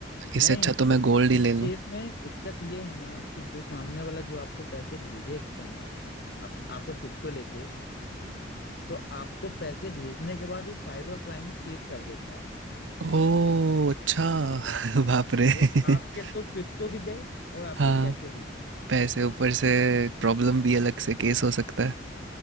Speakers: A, on the right; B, on the left.
A: इससे
B: नहीं
A: अच्छा तो
B: तो
A: मैं गोल्ड ही ले
B: इस
A: लूँ
B: केस में दिक्कत ये है ना कि जो सामने वाला जो आपको पैसे भेजेगा ना आप आपका क्रिप्टो लेके तो आपको पैसे भेजने के बाद वो साइबर क्राइम में केस कर देता है
A: ओ अच्छा <laughs> बाप रे
B: तो आपके
A: <laughs>
B: तो क्रिप्टो भी गए और आपके
A: हाँ
B: पैसे भी गए
A: पैसे ऊपर से प्रॉब्लम भी अलग से केस हो सकता है